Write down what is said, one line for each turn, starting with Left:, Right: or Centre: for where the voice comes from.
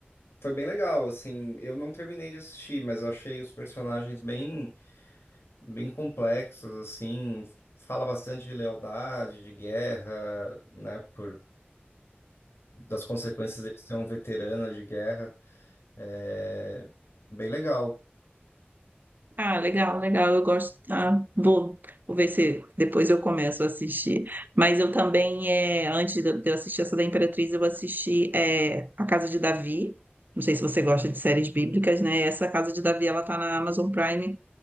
Left: Foi bem legal, assim, eu não terminei de assistir, mas eu achei os personagens bem, bem complexos, assim, fala bastante de lealdade, de guerra, né, por, das consequências de ser um veterano de guerra, é bem legal.
Right: Ah, legal, legal. Eu gosto. Tá? Vou, vou ver se depois eu começo a assistir. Mas eu também, é, antes de eu assistir essa da Imperatriz, eu assisti é, A Casa de Davi. Não sei se você gosta de séries bíblicas, né? Essa Casa de Davi, ela tá na Amazon Prime.